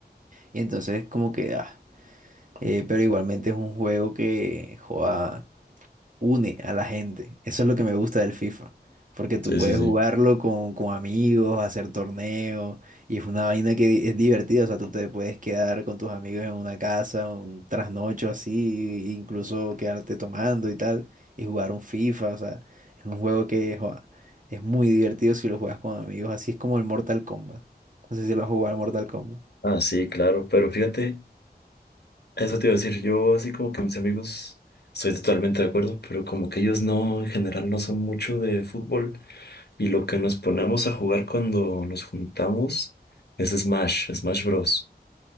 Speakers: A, on the right; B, on the left.
A: Y entonces como que, ah, eh, pero igualmente es un juego que, joda, une a la gente. Eso es lo que me gusta del FIFA, porque tú
B: Sí,
A: puedes
B: sí, sí.
A: jugarlo con, con amigos, hacer torneos, y es una vaina que di- es divertida, o sea, tú te puedes quedar con tus amigos en una casa, un trasnocho así, e incluso quedarte tomando y tal, y jugar un FIFA, o sea, es un juego que joa, es muy divertido si lo juegas con amigos, así es como el Mortal Kombat. No sé si lo has jugado al Mortal Kombat.
B: Ah, sí, claro. Pero fíjate, eso te iba a decir, yo así como que mis amigos, estoy totalmente de acuerdo, pero como que ellos no, en general no son mucho de fútbol. Y lo que nos ponemos a jugar cuando nos juntamos es Smash, Smash Bros.